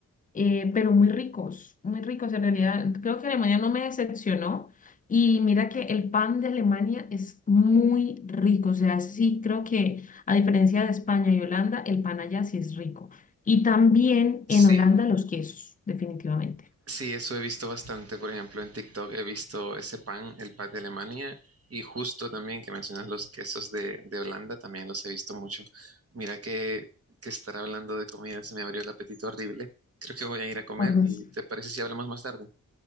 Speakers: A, on the left; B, on the right.
A: eh, pero muy ricos, muy ricos en realidad. Creo que Alemania no me decepcionó y mira que el pan de Alemania es muy rico, o sea, sí creo que a diferencia de España y Holanda, el pan allá sí es rico. Y también
B: sí.
A: en Holanda los quesos, definitivamente.
B: Sí, eso he visto bastante. Por ejemplo, en TikTok he visto ese pan, el pan de Alemania, y justo también que mencionas los quesos de, de Holanda, también los he visto mucho. Mira que, que estar hablando de comida se me abrió el apetito horrible. Creo que voy a ir a comer
A: Por dos.
B: y ¿te parece si hablamos más tarde?